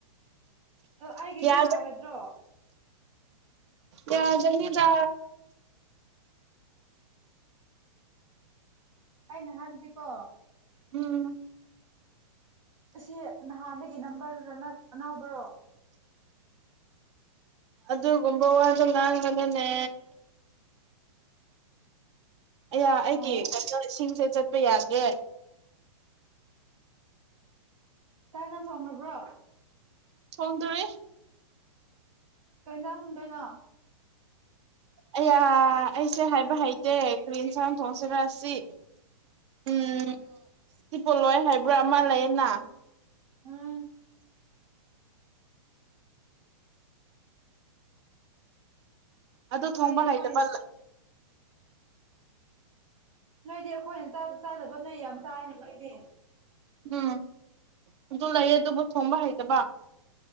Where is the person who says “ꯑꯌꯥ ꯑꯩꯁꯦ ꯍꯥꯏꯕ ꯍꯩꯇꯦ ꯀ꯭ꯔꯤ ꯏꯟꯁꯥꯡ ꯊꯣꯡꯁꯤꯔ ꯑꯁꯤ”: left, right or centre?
Right